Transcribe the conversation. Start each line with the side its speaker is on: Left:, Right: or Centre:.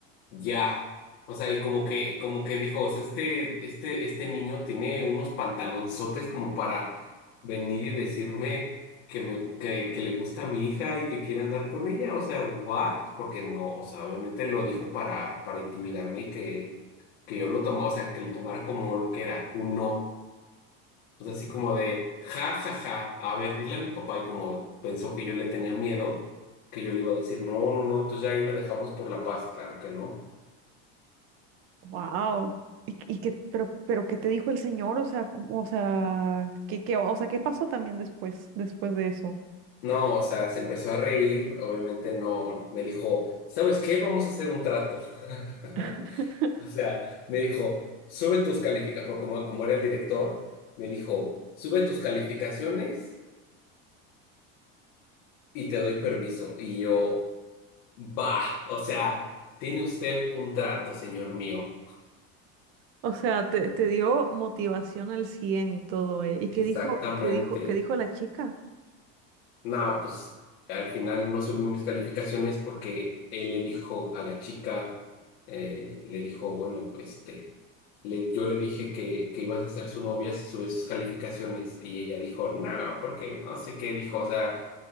Left: Ya. O sea, y como que, como que dijo, o sea, este, este, este niño tiene unos pantalonzotes como para venir y decirme que me, gu- que, que le gusta a mi hija y que quiere andar con ella. O sea, ¿what? Porque no, o sea, obviamente lo dijo para, para intimidarme y que, que yo lo tomo, o sea, que lo tomara como lo que era, un no. O sea, así como de, ja, ja, ja, a ver, dile a mi papá y como pensó que yo le tenía miedo, que yo le iba a decir, no, no, no, entonces ya ahí la dejamos por la paz, claro que no.
Right: Wow. ¿Y, y qué, pero, pero qué te dijo el señor? O sea, cómo- o sea, ¿qué, qué- o sea, ¿qué pasó también después, después de eso?
Left: No, o sea, se empezó a reír, obviamente no, me dijo, ¿sabes qué? Vamos a hacer un trato. <laughs>
Right: <laughs>
Left: O sea, me dijo, sube tus calificaciones, por como, como era el director, me dijo, sube tus calificaciones y te doy permiso. Y yo, va, o sea, tiene usted un trato, señor mío.
Right: O sea, te, te dio motivación al 100 y todo, ¿eh? ¿Y
Left: Exactamente.
Right: qué dijo, qué dijo, qué dijo la chica?
Left: No, pues al final no subí mis calificaciones porque él le dijo a la chica, eh, le dijo, bueno, este, le- yo le dije que, que ibas a ser su novia si subes sus calificaciones y ella dijo, no, porque no sé qué dijo, o sea,